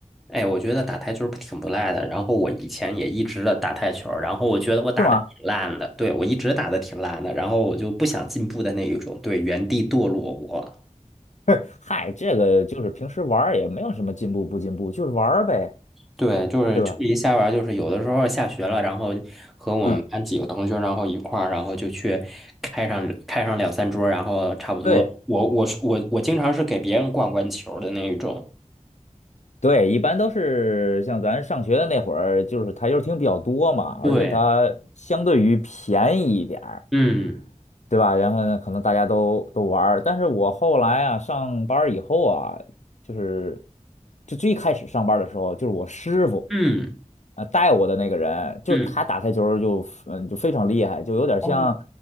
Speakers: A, in the centre; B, on the left.
A: 哎，我觉得打台球不挺不赖的。然后我以前也一直的打台球，然后我觉得我打的挺烂的，
B: 是吗？
A: 对，我一直打的挺烂的，然后我就不想进步的那一种，对，原地堕落我。
B: <laughs> 嗨，这个就是平时玩儿也没有什么进步不进步，就是玩儿呗，
A: 对，就是秋季下玩儿就是有的时候下学了，
B: 对吧？
A: 然后和我们班几个同学，
B: 嗯，
A: 然后一块儿，然后就去开上开上两三桌儿然后差不多，
B: 对。
A: 我我是我我经常是给别人灌灌球儿的那一种。
B: 对，一般都是像咱上学的那会儿，就是台球厅比较多嘛，
A: 对，
B: 而且它相对于便宜一点儿，
A: 嗯
B: 对吧？然后呢，可能大家都都玩儿但是我后来啊，上班儿以后啊，就是就最开始上班儿的时候，就是我师傅
A: 嗯
B: 啊、呃带我的那个人，就是他打台球儿就嗯就非常厉害，
A: 嗯
B: 就有点像
A: 哦